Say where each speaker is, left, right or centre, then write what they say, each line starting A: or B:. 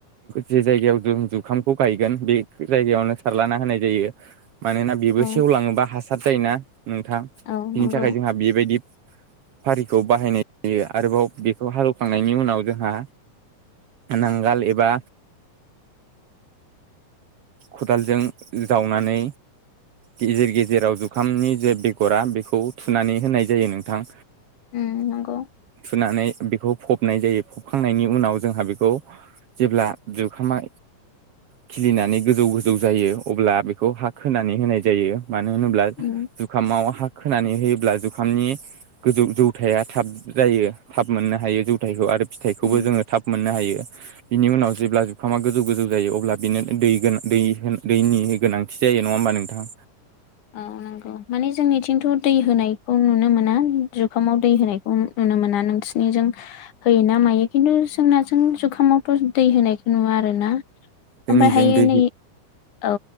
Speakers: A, on the right; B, on the left.
A: जे जायगायाव जुखामखौ गायगोन बे जायगायावनो सारलाना होनाय जायो मानोना बेबो
B: औ
A: सेवलांङोबा हासार जायोना नोंथां
B: औ
A: बिनि
B: नंगौ
A: थाखाय जोंहा बेबायदि फारिखौ बाहायनाय जायो आरोबाव बेखौ हालौवखांनायनि उनाव जोंहा नांगाल एबा खदालजों जावनानै गेजेर गेजेराव जुखामनि जे बेगरा बेखौ थुनानै होनाय जायो नोंथां
B: ओम नंगौ
A: थुनानै बेखौ फबनाय जायो फबखांनायनि उनाव जोंहा बेखौ जेब्ला जुखामा खिलिनानै गोजौ गोजौ जायो अब्ला बेखौ हा खोनानै होनाय जायो मानो होनोब्ला
B: उम
A: जुखामाव हा खोनानै होयोब्ला जुखामनि गोजौ जौथाया थाब जायो थाब मोननो हायो जौथायखौ आरो फिथाइखौबो
B: उम
A: जोंङो थाब मोननो हायो बिनि उनाव जेब्ला जुखामा गोजौ गोजौ जायो अब्ला बिनो दै गोनां दै दैनि गोनांथि जायो नंङा होमबा नोंथां
B: औ नांगौ माने जोंनिथिंथ' दै होनाय खौ नुनो मोना जुखामाव दै होनायखौ नुनो मोना नोंसिनिजों होयो ना मायो खिन्थु जोंना जों जुखामावथ दै होनायखौ नुवा आरोना
A: जोंनिजों
B: ओमफ्रायहायो
A: दै
B: नै औ